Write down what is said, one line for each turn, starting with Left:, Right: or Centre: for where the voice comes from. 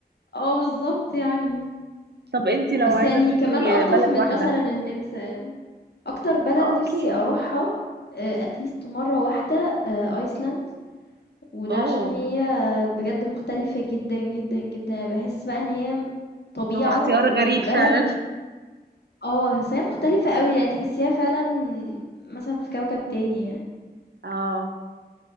Left: آه بالضبط يعني،
Right: طب انتي لو
Left: بس
Right: عايزة
Left: يعني
Right: تسافري
Left: كمان ألطف
Right: بلد
Left: من
Right: واحدة
Left: مثلًا النمسا يعني. أكتر بلد
Right: اه
Left: نِفْسي
Right: أكيد
Left: أروحها آآ at least مرّة واحدة آآ أيسلند، وده
Right: اه
Left: عشان هي بجد مختلفة جدًا، جدًا، جدًا، يعني باحس بقى إن هي طبيعة
Right: هو اختيار
Left: وبلد
Right: غريب فعلا
Left: آه، بس هي مختلفة أوي يعني تحسيها فعلًا مثلًا في كوكب تاني يعني،
Right: <laughs> اه